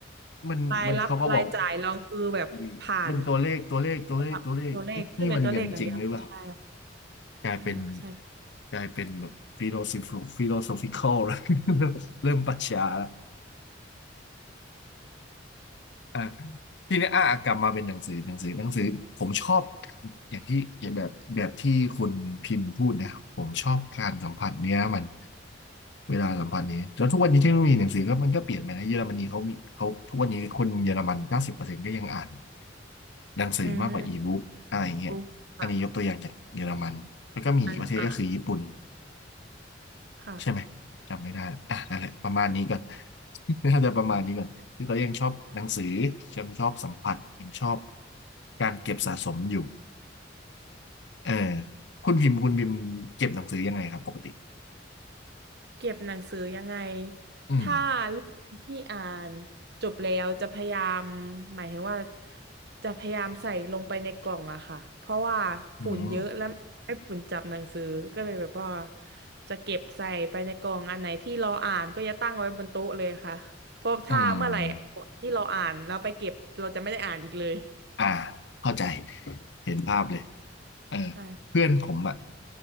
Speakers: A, on the left (about 65°); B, on the right (about 60°).
A: มันมันเขาก็บอก
B: รายรับรายจ่ายเราคือแบบผ่าน
A: นี่เป็นตัวเลขตัวเลขตัวเลขตัวเลขเอ๊ะนี่มันเงินจริงหรือเปล่า
B: ปรับตัวเลขขึ้นเป็นตัวเลขอย่างเดียวเลยใช่
A: กลายเป็น
B: ใช่ค่ะใช่
A: กลายเป็นแบบฟิโล o ิฟิโลโซฟิคอลแล้ว <laughs> เริ่มปรัชญาละ อ่าทีนี้อ่ากลับมาเป็นหนังสือหนังสือหนังสือผมชอบอย่างที่อย่างแบบแบบที่คุณพิมพ์พูดนะผมชอบการสัมผัสเนี้ยมันเวลาสัมผัสนี้แล้วทุกวันนี้เทคโนโลยีหนังสือก็มันก็เปลี่ยนไปนะเยอรมนีเขามีเขาทุกวันนี้คนเยอรมันเก้าสิบเปอร์เซ็นต์ก็ยังอ่านหนังสือมากกว่าอีบุ๊กอะไรเงี้ยอันนี้ยกตัวอย่างจากเยอรมันแล้วก็มีอีกประเทศก็คือญี่ปุ่น
B: อืมรู้ค่ะอันอ่ะค่ะ
A: ใช่ไหมจำไม่ได้ละอ่ะนั่นแหละประมาณนี้ก่อน <laughs> น่าจะประมาณนี้ก่อนคือเรายังชอบหนังสือยังชอบสัมผัสยังชอบการเก็บสะสมอยู่เออคุณพิมพ์คุณพิมพ์เก็บหนังสือยังไงครับปกติ
B: เก็บหนังสือยังไง
A: อืม
B: ถ้าเล่มที่อ่านจบแล้วจะพยายามหมายถึงว่าจะพยายามใส่ลงไปในกล่องอะค่ะเพราะว่าฝุ่นเยอะแล้วไม่ให้ฝุ่นจับหนังสือก็เลยแบบว่า
A: อืม
B: จะเก็บใส่ไปในกล่องอันไหนที่เราอ่านก็จะตั้งไว้บนโต๊ะเลยค่ะเพราะถ้าเมื่อไหร่
A: อืม
B: ที่เราอ่านแล้วไปเก็บเราจะไม่ได้อ่านอีกเลย
A: อ่าเข้าใจเห็นภาพเลยเออ
B: ใช่
A: เพื่อนผมอ่ะ